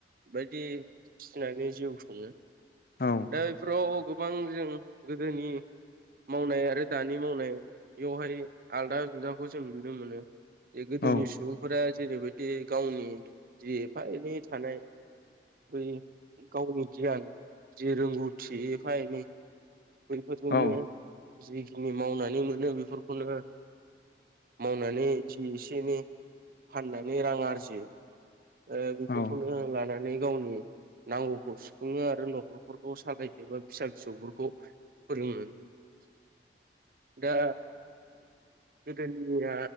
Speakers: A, on the right; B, on the left.
A: बायदि फिनानै जिउ सङो
B: औ
A: दा बेफोराव गो बां जों गोदोनि मावनाय आरो दानि मावनाय बेवहाय आलदा जुदा खौ जों नुनो मोनो बे गोदोनि
B: औ
A: सुबुंफोरा जेरैबायदि गावनि जि एफा एनै थानाय बै गावनि गियान जि रोंगौथि एफा एनै बैफोरजोंनो
B: औ
A: जिखिनि मावनानै मोनो बेफोरखौनो मावनानै जि एसेनि फाननानै रां आरजियो। ओ बेफोरखौनो
B: औ
A: लानानै गावनि नांगौखौ सुफुङो आरो न'खरफोरखौ सालायजोबो फिसा फिसौफोरखौ फोरनि दा गोदोनिया